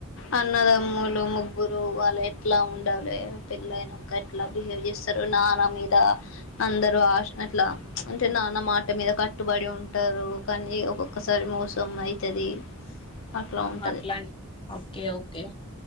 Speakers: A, on the left; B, on the left.
A: అన్నదమ్ములు ముగ్గురు వాళ్ళు ఎట్ల ఉండాలే, పెళ్లయినంక ఎట్లా బిహేవ్ చేస్తరు? నాన్న మీద అందరు ఆష్ అట్ల ప్చ్ అంటే నాన్న మాట్ మాట్ మీద కట్టుబడి ఉంటరు కానీ, ఒక్కొక్కసారి మోసం ఐతది. అట్లా
B: ఆ
A: ఉంటది.
B: అట్లా ఓకే ఓకే.